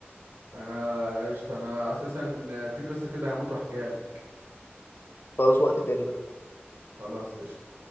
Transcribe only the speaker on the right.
انا قشطة انا اساسا في قصة كده هموت واحكيها لك
خلاص قشطة